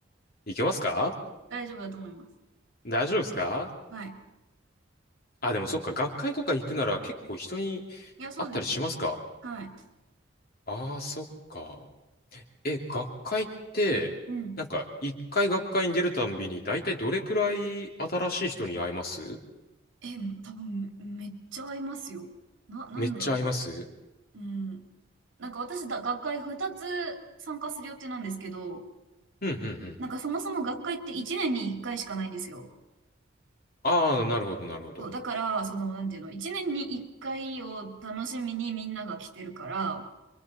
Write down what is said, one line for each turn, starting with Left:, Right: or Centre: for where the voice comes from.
Left: いけますか
Right: 大丈夫だと思います。
Left: 大丈夫ですか
Right: はい。
Left: あ、でもそっか、学会とか行くなら結構人に
Right: いや、そうですよ。
Left: 会ったりしますか
Right: はい。
Left: ああー、そっか。え、学会って、
Right: うん。
Left: なんか、一回学会に出るたんびに、だいたいどれくらい新しい人に会えます
Right: え、多分め、めっちゃ合いますよ。な、なんだろ
Left: めっちゃ会えます
Right: う。うん。なんか私だ、学会2つ参加する予定なんですけど、
Left: うん、うん、うん。
Right: なんかそもそも学会って1年に1回しかないんですよ。
Left: ああ、なるほど、なるほど。
Right: そう、だから、その、なんていうの、1年に1回を楽しみにみんなが来てるから、